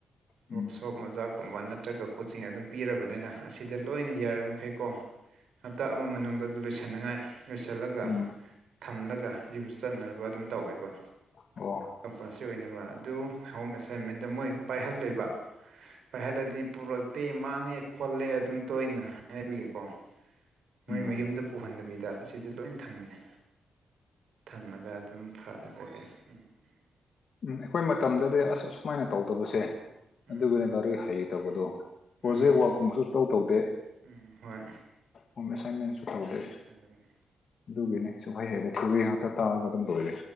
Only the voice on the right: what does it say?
ꯋꯥꯛꯁꯣꯞ ꯃꯖꯥꯛꯀꯨꯝꯕ ꯅꯠꯇ꯭ꯔꯒ ꯀꯣꯆꯤꯡ ꯑꯗꯨꯝ ꯄꯤꯔꯕꯅꯤꯅ ꯑꯁꯤꯗ ꯂꯣꯏꯅ ꯌꯥꯔꯤꯃꯈꯩꯀꯣ
ꯍꯞꯇꯥ ꯑꯃ ꯃꯅꯨꯡꯗ ꯂꯣꯏꯁꯟꯅꯉꯥꯏ ꯂꯣꯏꯁꯜꯂꯒ
ꯊꯝꯂꯒ ꯌꯨꯝ ꯆꯠꯅꯕ ꯑꯗꯨꯝ ꯇꯧꯋꯦꯕ
ꯀꯝꯄꯜꯁꯔꯤ ꯑꯣꯏꯅꯕ ꯑꯗꯨ ꯍꯣꯝ ꯑꯦꯁꯥꯏꯟꯃꯦꯟꯗ ꯃꯣꯏ ꯄꯥꯏꯍꯜꯂꯦꯕ ꯄꯥꯏꯍꯜꯂꯗꯤ ꯄꯨꯔꯛꯇꯦ ꯃꯥꯡꯉꯦ ꯈꯣꯠꯂꯦ ꯑꯗꯨꯝ ꯇꯣꯏꯅ ꯍꯥꯏꯕꯒꯤꯀꯣ ꯃꯣꯏ
ꯃꯌꯨꯝꯗ ꯄꯨꯍꯟꯗꯕꯤꯗ ꯑꯁꯤꯗꯤ ꯂꯣꯏꯟ ꯊꯝꯃꯤꯅꯦ ꯊꯝꯅꯒ ꯑꯗꯨꯝ ꯐꯔꯦ ꯀꯩ ꯀꯩ ꯎꯝ
ꯎꯝ
ꯎꯝ
ꯎꯝ ꯍꯣꯏ
ꯅꯪꯅꯅꯦ